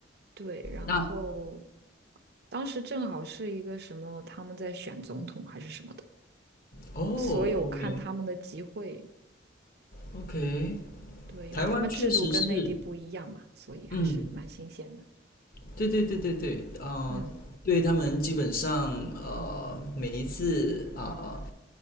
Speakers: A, on the right; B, on the left.
A: 对，然后
B: 那
A: 当时正好是一个什么，他们在选总统还是什么的，
B: 哦
A: 所有看他们的集会，
B: ，OK OK，
A: 对，因为他们制度跟内地不一样嘛，
B: 台湾确实是，
A: 所以还是蛮新鲜的。
B: 嗯，对对对对对，啊、
A: 嗯，
B: 对他们基本上呃每一次啊、呃